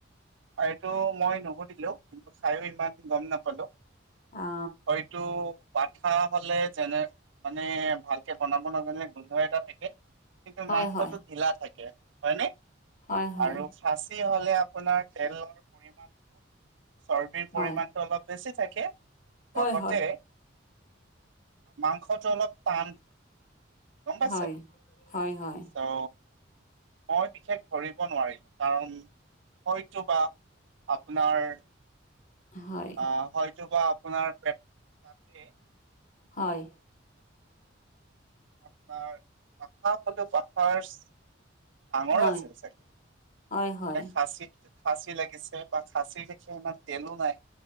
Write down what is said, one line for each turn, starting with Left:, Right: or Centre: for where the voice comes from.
Right: এইটো মই নুসুধিলোঁ কিন্তু খাইয়ো ইমান গম নাপালোঁ।
Left: অ
Right: হয়টো। পাঠা হ'লে যেনে মানে ভালকে বনাব নাজানে গোন্ধ এটা থাকে কিন্তু
Left: হয়
Right: মাংসটো
Left: হয়
Right: ঢিলা থাকে হয় নে।
Left: হয় হয়
Right: আৰু খাঁচী হ'লে আপোনাৰ তেলৰ পৰিমাণটো। চৰ্বিৰ পৰিমাণটো
Left: হয়
Right: অলপ বেছি থাকে
Left: হয়
Right: লগতে।
Left: হয়
Right: মাংসটো অলপ টান। গম পাইছে
Left: হয় হয় হয়
Right: অ। মই বিশেষ ধৰিব নোৱাৰিলোঁ কাৰণ হয়তো বা আপোনাৰ
Left: হয়
Right: আহ হয়তো বা আপোনাৰ প্ৰে তাতে
Left: হয়।
Right: আপোনাৰ পাঠা হ'লেও পাঠাৰচ। ডাঙৰ
Left: হয়,
Right: আছিল চাগে
Left: হয়, হয়।
Right: মানে খাচী খাচি লাগিছে বা খাচি দেখি ইমান তেলো নাই